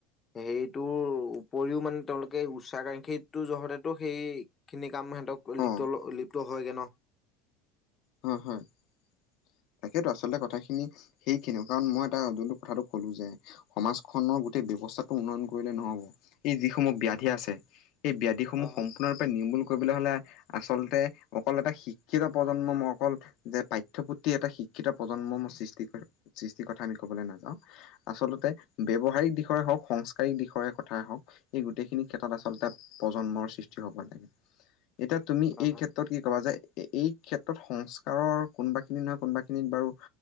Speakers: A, on the left; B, on the left.
A: হেৰিটোৰ উপৰিও মানে তেওঁলোকে উষা কাংখীটো জহতেতো সেইখিনিক কাম সিহঁতক লিপ্ত-লিপ্ত
B: অ
A: হয়গে ন'।
B: হু, হু। <inaudible> তাকেইেতো, আচলতে কথাখিনি সেইখিনিও কাৰণ মই এটা যোনটো কথাটো কলো যে সমাজখনৰ গোটেই অৱস্থাটো উন্নয়ন কৰিলে নহ'ব, এই যিসমূহ ব্যাধি
A: হয়
B: আছে এই ব্যাধিসমূহ
A: হয় হয়
B: সম্পূৰ্ণৰূপে নিৰ্মূল কৰিব হ'লে আচলতে অকল এটা শিক্ষিত প্ৰজন্ম অকল যে পাঠ্যপুথি এটা শিক্ষিত প্ৰজন্মৰ সৃষ্টি-সৃষ্টিৰ কথা আমি কবলৈ নাযাওঁ আচলতে ব্যৱহাৰিক দিশৰে হওক, সংস্কাৰিক দিশৰে কথাই হওক এই গোটেইখিনি ক্ষেত্ৰত আচলতে প্ৰজন্মৰ সৃষ্টি হ'ব লাগে। এতিয়া তুমি
A: হয়।
B: এই ক্ষেত্ৰত কি ক'বা যে এই ক্ষেত্ৰত সংস্কাৰৰ কোনোবাখিনি নহয় কোনোবাখিনিত বাৰু